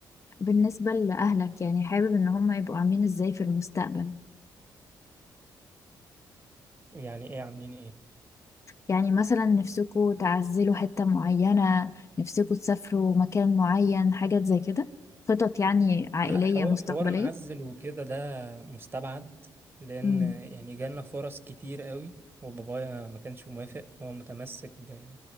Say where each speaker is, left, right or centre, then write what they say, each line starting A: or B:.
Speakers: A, on the left; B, on the right.
A: بالنسبة لأهلك يعني حابب إن هم يبقوا عاملين إزاي في المستقبل؟
B: يعني ايه عاملين ايه
A: يعني مثلا نفسكوا تعزلوا حتة معينة نفسكوا تسافروا مكان معين حاجات زي كده خطط يعني عائلية
B: لا حوار
A: مستقبلية؟
B: حوار نعزل وكده ده مستبعد لان
A: امم
B: يعني جالنا فرص كتير قوي وبابايا ما كانش موافق هو متمسك ب...